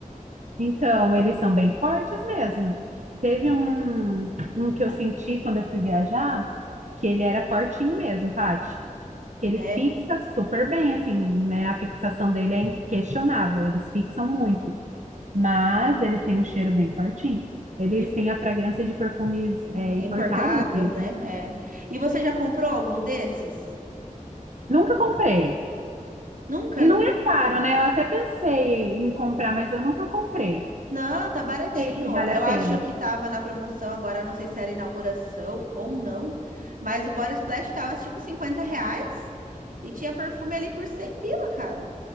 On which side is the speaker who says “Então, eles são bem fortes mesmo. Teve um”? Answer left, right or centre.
Right